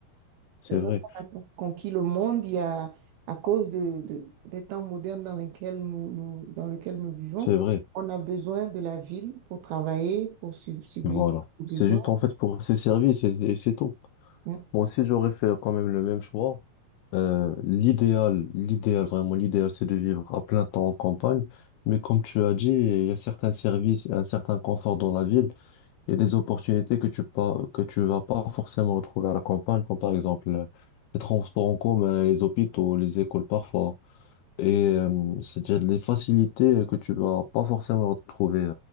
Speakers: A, on the left; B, on the right.
A: c'est
B: C'est vrai
A: vrai,
B: qu'on a con- conquis le monde, il y a, à cause de, de- des temps modernes dans lesquels nous, nous, dans lesquels nous vivons,
A: c'est vrai.
B: on a besoin de la ville pour travailler, pour sub- subvenir
A: Voilà.
B: aux besoins.
A: C'est juste en fait pour ses services et, et c'est tout.
B: Mm.
A: Moi aussi, j'aurais fait quand même le même choix. Euh, l'idéal, l'idéal, vraiment, l'idéal, c'est de vivre à plein temps en campagne. Mais comme tu as dit, il y a certains services et un certain confort dans la ville et des opportunités que tu pas, que tu vas pas forcément retrouver à la campagne, comme par exemple euh, les transports en commun, les hôpitaux, les écoles parfois. Et euh, c'est-à-dire les facilités que tu vas pas forcément retrouver